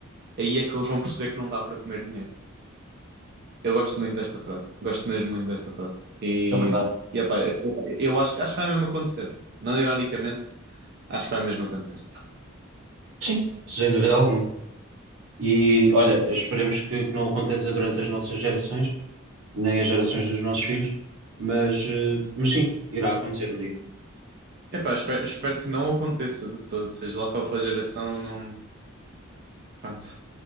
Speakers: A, on the right (about 50°); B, on the right (about 80°).
A: aí é que eles vão perceber que não dá para comer dinheiro. Eu gosto muito desta frase. Gosto mesmo muito desta frase. E,
B: É verdade.
A: e epá, eu, eu acho, acho que vai mesmo acontecer. Não ironicamente, acho que vai mesmo acontecer.
B: Sim, Sem dúvida alguma. E olha, esperemos que, que não aconteça durante as nossas gerações, nem as gerações dos nossos filhos, mas, eh, mas sim, irá acontecer um dia.
A: Epá, eu espero, espero que não aconteça de todo, seja lá qual for a geração, não. Pronto.